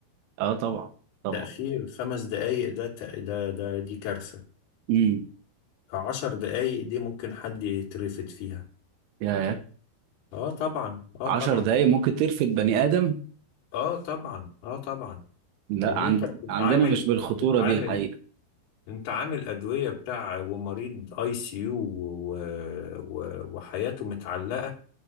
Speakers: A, on the right; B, on the left.
A: اه طبعا طبعا
B: تاخير خمس دقائق ده ت- ده ده دي كارثه
A: امم
B: عشر دقائق دي ممكن حد يترفد فيها
A: يا
B: اه طبعا اه
A: 10
B: طبعا
A: دقايق ممكن ترفد بني ادم
B: اه طبعا اه طبعا
A: لا
B: ان
A: عند...
B: انت بتتعامل
A: عندنا مش بالخطوره
B: انت بتتعامل
A: دي الحقيقه
B: انت عامل ادويه بتاع ومريض اي سي يو و... و... وحياته متعلقه